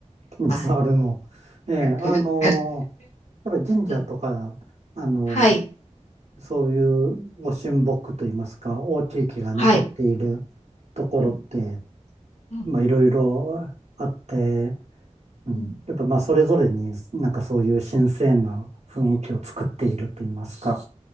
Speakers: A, on the right (about 65°); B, on the left (about 65°).
A: 気に障るの。
B: はい。
A: ええ、
B: <laughs>
A: あの、やっぱり神社とか、
B: うん、
A: あの、
B: はい、
A: そういうご神木といいますか、大きい木が残っている
B: はい、
A: ところって、
B: うん、うん、
A: まあ、いろいろあって、うん、
B: うん。
A: やっぱまあ、それぞれになんかそういう新鮮な雰囲気を作っていると言いますか。